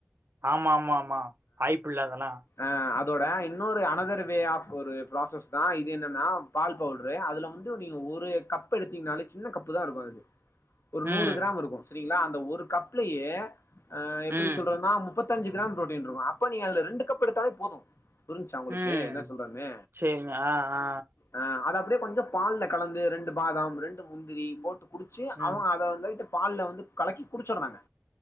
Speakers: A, on the right; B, on the left.
A: ஆமா ஆமா ஆமா வாய்ப்பில்ல அதெல்லா
B: அ அதோட இன்னொரு அனதர் வே ஆஃப் ஒரு ப்ராசஸ் தா இது என்னன்னா பால் பவ்ட்ரு அதுல வந்து நீங்க ஒரு கப் எடுத்தீங்கனாலே சின்ன கப்பு தா இருக்கு அது ஒரு நூறு
A: ம்
B: கிராம் இருக்கு செரிங்ளா அந்த ஒரு கப்லயே அ எப்டி
A: ம்
B: சொல்றன்னா முப் முப்பத்தஞ்சு கிராம் புரேட்டின் இருக்கு அப்ப நீங்க அதுல ரெண்டு கப் எடுத்தாலே போது புரிஞ்ச்சா உங்களுக்கு
A: ம்
B: என்ன சொல்றன்னு
A: சேரிங்க ஆ ஆ
B: ஆ அத அப்டியே கொஞ்ச பால்ல கலந்து ரெண்டு பாதாம் ரெண்டு முந்திரி போட்டு குடிச்சி
A: ம்
B: அவ அத லைட்டா பால்ல வந்து கலக்கி குடிச்சிட்றாங்க